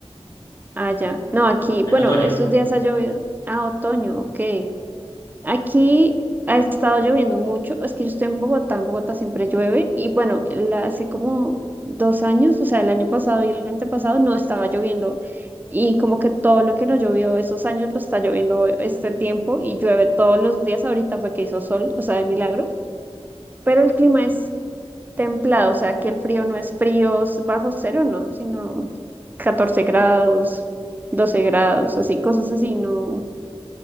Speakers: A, on the right (about 15°); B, on the left (about 35°).
A: allá. No, aquí,
B: o- en
A: bueno,
B: otoño,
A: estos días ha llovido. Ah, otoño, ok. Aquí ha estado lloviendo mucho. Es que yo estoy en Bogotá, en Bogotá siempre llueve. Y bueno, la- hace como dos años, o sea, el año pasado y el antepasado no estaba lloviendo. Y como que todo lo que no llovió esos años lo está lloviendo este tiempo y llueve todos los días. Ahorita fue que hizo sol, o sea, de milagro. Pero el clima es templado, o sea, que el frío no es frío bajo cero, no, sino 14 grados, 12 grados, así, cosas así, no